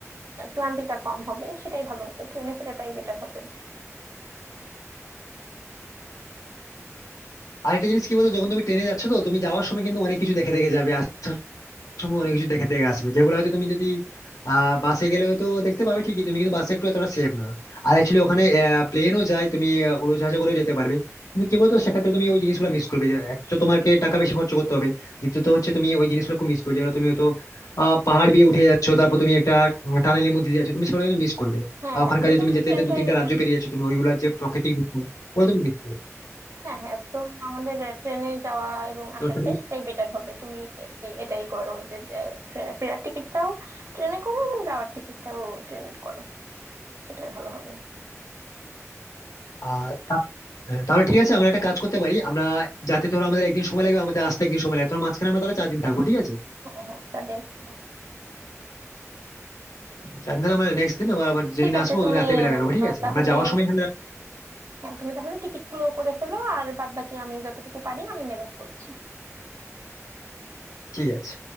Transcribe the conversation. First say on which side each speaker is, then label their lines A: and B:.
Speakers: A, on the right; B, on the left.
A: ক্লান্তিটা কম হবে সেটাই ভালো হবে ট্রেনে ফেরাটাই বেটার হবে
B: আরেকটা জিনিস কি বলতো যখন তুমি ট্রেনে যাচ্ছ তো তুমি যাওয়ার সময় কিন্তু অনেক কিছু দেখে দেখে যাবে আসার সময় অনেক কিছু দেখে দেখে আসবে যেগুলো হয়তো তুমি যদি আহ বাসে গেলে হয়তো দেখতে পাবে ঠিকই তুমি কিন্তু বাসে একটু এতটা সেফ না আর অ্যাকচুয়ালি ওখানে প্লেনও যায় তুমি আহ, উড়োজাহাজে করেও যেতে পারবে কিন্তু কি বলতো সেক্ষেত্রে তুমি ওই জিনিসগুলো মিস করবে যে এক তো তোমাকে টাকা বেশি খরচ করতে হবে দ্বিতীয়ত হচ্ছে তুমি ওই জিনিসগুলো খুব মিস করবে যেগুলো তুমি হয়তো আহ পাহাড় দিয়ে উঠে যাচ্ছ তারপর তুমি একটা টানেলের মধ্যে দিয়ে যাচ্ছ তুমি সেগুলো কিন্তু মিস করবে
A: হ্যাঁ
B: বা
A: হ্যাঁ
B: ওখানকার
A: এই
B: যে
A: জন্য
B: তুমি যেতে
A: ট্রেনটাই
B: যেতে দু তিনটা
A: বেটার
B: রাজ্য
A: হবে
B: পেরিয়ে যাচ্ছ তুমি ওইগুলা যে প্রাকৃতিক দৃশ্য, ওগুলো তুমি মিস করবে
A: হ্যাঁ হ্যাঁ তো আমাদের ট্রেনে যাওয়া এবং আসাটাই
B: তো সেটা-
A: সেটাই বেটার হবে তুমি এ- এ- এটাই করো যে যে ফে- ফেরার টিকিটটাও ট্রেনে করো এবং যাওয়ার টিকিটটাও ট্রেনের করো সেটাই ভালো হবে
B: আর হ্যাঁ, তাহলে ঠিক আছে আমরা একটা কাজ করতে পারি আমরা যাতে ধরো আমাদের একদিন সময় লাগবে আমাদের আসতে একদিন সময় লাগবে তোমার মাঝখানে আমরা তাহলে চার দিন থাকবো ঠিক আছে
A: হ্যাঁ হ্যাঁ চার দিন থাকবো
B: চার দিন তাহলে আমরা নেক্সট দিন আবার আমরা যেদিন
A: ঠিক আছে
B: আসবো
A: তুমি
B: ওদিন রাতে বেলা
A: উম,
B: বেরোবো ঠিক
A: আহ,
B: আছে
A: তাহলে
B: আমরা যাওয়ার সময় এখানে
A: হ্যাঁ তুমি তাহলে টিকিট গুলো করে ফেলো আর বাদ বাকি আমি যতটুকু পারি আমি ম্যানেজ করছি
B: ঠিক আছে